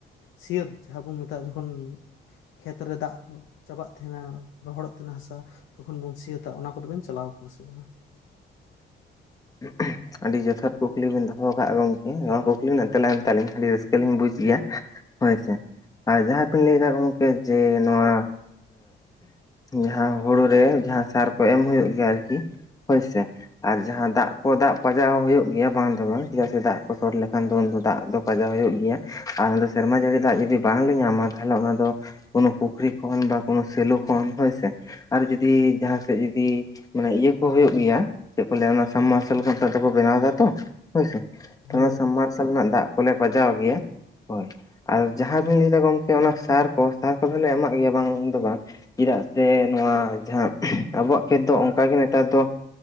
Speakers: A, on the left; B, on the left.
A: ᱥᱤᱭᱟᱹᱛ ᱡᱟᱦᱟᱸ ᱵᱚᱱ ᱢᱮᱛᱟᱜᱼᱟ ᱡᱚᱠᱷᱚᱱ ᱠᱷᱮᱛ ᱨᱮ ᱫᱟᱜ ᱪᱟᱵᱟᱜ ᱛᱟᱦᱮᱱᱟ ᱨᱚᱦᱚᱲᱚᱜ ᱛᱟᱦᱮᱱᱟ ᱦᱟᱥᱟ ᱛᱚᱠᱷᱚᱱ ᱵᱚᱱ ᱥᱤᱭᱟᱹᱟᱹᱛᱟ ᱚᱱᱟ ᱠᱚᱫᱚᱵᱮᱱ ᱪᱟᱞᱟᱣ ᱠᱟᱱᱟ ᱥᱮ ᱵᱟᱝ᱾
B: <inaudible> ᱟᱹᱰᱤ ᱡᱚᱛᱷᱟᱛ ᱠᱩᱠᱞᱤ ᱵᱤᱱ ᱫᱚᱦᱚ ᱠᱟᱜᱼᱟ ᱜᱚᱝᱠᱮ ᱱᱚᱣᱟ ᱠᱩᱠᱞᱤ ᱨᱮᱱᱟᱜ ᱛᱮᱞᱟ ᱮᱢᱛᱮ ᱟᱞᱤᱧ ᱟᱹᱰᱤ ᱨᱟᱹᱥᱠᱟᱹᱞᱤᱧ ᱵᱩᱡ ᱜᱮᱭᱟ᱾ ᱦᱳᱭᱥᱮ ᱟᱨ ᱡᱟᱦᱟᱸ ᱵᱤᱱ ᱞᱟᱹᱭᱫᱟ ᱜᱚᱢᱠᱮ ᱡᱮ ᱱᱚᱣᱟ ᱡᱟᱦᱟᱸ ᱦᱩᱲᱩ ᱨᱮ ᱡᱟᱦᱟᱸ ᱥᱟᱨ ᱠᱚ ᱮᱢ ᱦᱩᱭᱩᱜᱭ ᱜᱮᱭᱟ ᱟᱨᱠᱤ ᱦᱳᱭᱥᱮ ᱟᱨ ᱡᱟᱦᱟᱸ ᱫᱟᱜ ᱟᱠᱚ ᱫᱟᱜ ᱯᱟᱡᱟᱣ ᱦᱩᱭᱩᱜ ᱜᱮᱭᱟ ᱵᱟᱝ ᱫᱚ ᱵᱟᱝ ᱪᱮᱫᱟᱜ ᱥᱮ ᱫᱟᱜ ᱠᱚ ᱛᱚᱞ ᱞᱮᱠᱷᱟᱱ ᱫᱚ ᱩᱱ ᱫᱚ ᱫᱟᱜ ᱫᱚ ᱯᱟᱡᱟᱣ ᱦᱩᱭᱩᱜ ᱜᱮᱭᱟ᱾ ᱟᱨ ᱟᱞᱮ ᱫᱚ ᱥᱮᱨᱢᱟ ᱡᱟᱹᱲᱤ ᱫᱟᱜ ᱡᱩᱫᱤ ᱵᱟᱝᱞᱮ ᱧᱟᱢᱟ ᱛᱟᱦᱞᱮ ᱚᱱᱟ ᱫᱚ ᱠᱳ ᱯᱩᱠᱷᱨᱤ ᱠᱷᱚᱱ ᱵᱟ ᱠᱳᱱᱳ ᱥᱮᱞᱳ ᱠᱷᱚᱱ ᱦᱳᱭ ᱥᱮ᱾ ᱟᱨ ᱡᱩᱫᱤ ᱡᱟᱦᱟᱸ ᱥᱮᱫ ᱡᱩᱫᱤ ᱢᱟᱱᱮ ᱤᱭᱟᱹ ᱠᱚ ᱦᱩᱭᱩᱜ ᱜᱮᱭᱟ ᱪᱮᱫ ᱠᱚ ᱞᱟᱹᱭᱟ ᱟᱱᱟ ᱥᱟᱵᱢᱟᱨᱥᱟᱞ ᱠᱚ ᱱᱮᱛᱟᱨ ᱫᱚᱠᱚ ᱵᱮᱱᱟᱣ ᱫᱟ ᱛᱚ ᱦᱳᱭᱥᱮ ᱛᱳ
A: ᱦᱳᱭ
B: ᱚᱱᱟ ᱥᱟᱵᱢᱟᱨᱥᱟᱞ ᱨᱮᱱᱟᱜ ᱫᱟᱜ ᱠᱚᱞᱮ ᱯᱟᱡᱟᱣ ᱜᱮᱭᱟ ᱦᱳᱭ ᱟᱨ ᱡᱟᱦᱟᱸ ᱵᱤᱱ ᱞᱟᱹᱭᱫᱟ ᱜᱚᱢᱠᱮ ᱚᱱᱟ ᱥᱟᱨ ᱠᱚ ᱥᱟᱨ ᱠᱚᱫᱚᱞᱮ ᱮᱢᱟᱜ ᱜᱮᱭᱟ ᱵᱟᱝ ᱫᱚ ᱵᱟᱝ ᱪᱮᱫᱟᱜ ᱥᱮ ᱱᱚᱣᱟ ᱡᱟᱦᱟᱸ ᱟᱵᱚᱣᱟᱜ ᱠᱷᱮᱛ ᱫᱚ ᱚᱱᱠᱟᱜᱮ ᱱᱮᱛᱟᱨ ᱫᱚ